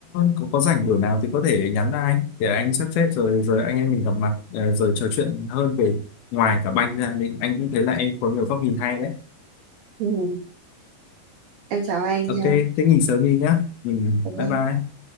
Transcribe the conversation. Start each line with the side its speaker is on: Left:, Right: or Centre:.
Left: có có rảnh buổi nào thì có thể nhắn lại anh để anh sắp xếp rồi rồi anh em mình gặp mặt ờ, rồi trò chuyện hơn về ngoài cả banh ra nên anh cũng thấy là em có nhiều góc nhìn hay đấy
Right: Ừ. Em chào anh
Left: ok
Right: nha.
Left: thế nghỉ sớm đi nhá ừ,
Right: Cảm
Left: bye
Right: ơn.
Left: bye